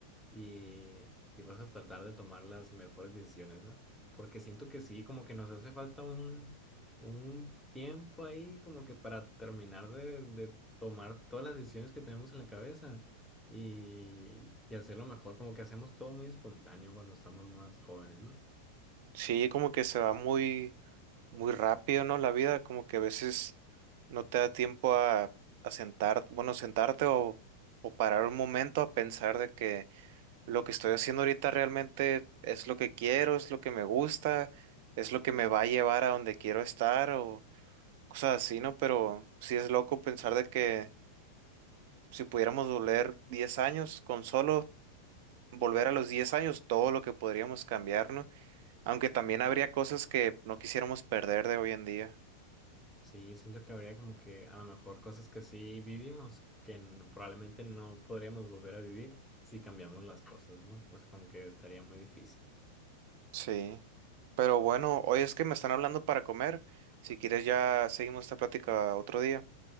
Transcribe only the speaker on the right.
Sí, como que se va muy, muy rápido, ¿no? La vida, como que a veces no te da tiempo a, a sentar, bueno, sentarte o, o parar un momento a pensar de que lo que estoy haciendo ahorita realmente es lo que quiero, es lo que me gusta, es lo que me va a llevar a donde quiero estar o cosas así, ¿no? Pero sí es loco pensar de que si pudiéramos volver 10 años, con solo volver a los 10 años, todo lo que podríamos cambiar, ¿no? Aunque también habría cosas que no quisiéramos perder de hoy en día.
Sí. Pero bueno, hoy es que me están hablando para comer. Si quieres ya seguimos esta plática otro día.